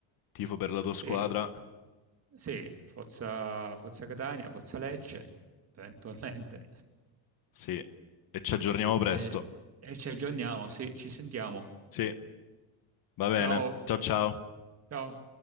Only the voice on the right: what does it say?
sì, sì, Forza, Forza Catania, Forza Lecce, eventualmente.
E, e ci aggiorniamo, sì, ci sentiamo.
Ciao,
ciao.